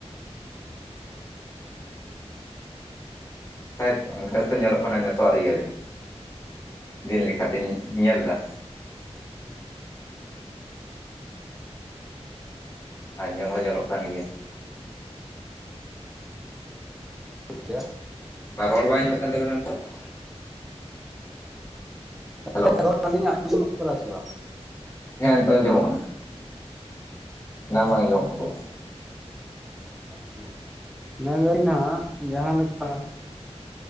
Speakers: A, on the left; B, in the centre.
A: ᱛᱟᱭ ᱛᱚ ᱚᱱᱠᱟ ᱜᱮᱛᱚ ᱧᱮᱞᱚᱜ ᱠᱟᱱᱟ ᱱᱤᱛᱚᱜ-ᱟᱜ ᱤᱭᱟᱹ ᱨᱮ ᱫᱤᱱ ᱞᱮᱠᱟ ᱛᱤᱧ ᱧᱮᱞ ᱫᱟ ᱾ ᱟᱨ ᱧᱮᱞ ᱦᱚᱸ ᱧᱮᱞᱚᱜ ᱠᱟᱱ ᱜᱮᱭᱟ ᱾
B: ᱠᱮ <inaudible>
A: ᱵᱟ ᱨᱚᱲ ᱵᱟᱝ ᱟᱸᱡᱚᱢᱚᱜ ᱠᱟᱱ ᱛᱟᱵᱮᱱᱟ ᱱᱤᱛᱚᱜ ᱾ ᱦᱮᱞᱳ
B: <inaudible> ᱥᱮ ᱵᱟ
A: ᱦᱮᱸ ᱱᱤᱛᱚᱜ ᱟᱸᱡᱚᱢᱚᱜ ᱠᱟᱱᱟ ᱾ ᱮᱱᱟ ᱵᱟᱝ ᱟᱸᱡᱚᱢᱚᱜ ᱠᱟᱱ ᱛᱟᱦᱮᱸᱼᱟ ᱾
B: <unintelligible> ᱦᱟᱸᱜ ᱡᱟᱦᱟᱸᱞᱮᱠᱟ